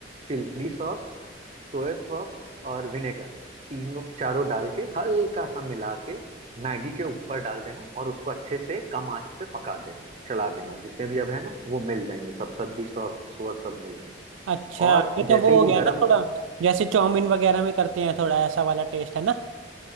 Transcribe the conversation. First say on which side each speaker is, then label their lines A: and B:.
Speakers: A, on the right; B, on the right.
A: चिल्ली सॉस सोया सॉस और विनेगर तीनों चारों डाल के हल्का सा मिला के मैगी के ऊपर डाल देना और उसको अच्छे से कम आंच पे पका देना चला देना जितने भी अब है ना वो मिल जाएंगे सब सब्जी सॉस वॉस सब मिल जाएगा
B: अच्छा
A: और
B: ये तो
A: जैसे
B: वो
A: ही
B: हो
A: वो
B: गया
A: गरम
B: ना थोड़ा जैसे चाउमीन वगैरह में करते हैं थोड़ा ऐसा वाला टेस्ट है ना